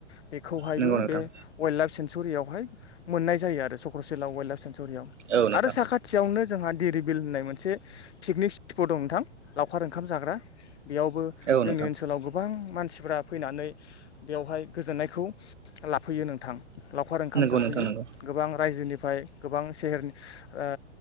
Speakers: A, on the left; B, on the right.
A: बेखौहायबो
B: नंगौ नोंथां
A: बे वाइल्ड लाइफ सेेनस सेनसुरियावहाय मोननाय जायो आरो चक्रसिलला वाइल्ड लाइफ सेेनसु सरियाव
B: औ नोंथां
A: आरो साखाथियावनो जोंहा दिरिबिल होननाय मोनसे पिकनिक स्पट दं नोंथां लावखार ओंखाम जाग्रा बेयावबो
B: औ
A: जोंनि
B: नोंथां
A: ओनसोलाव गोबां मानसिफ्रा फैनानै बेवहाय गोजोननायखौ लाफैयो नोंथां लावखार ओंखाम
B: नंगौ
A: जाफैयो
B: नोंथां नंगौ
A: गोबां रायजोनिफ्राय गोबां सेहेर ओ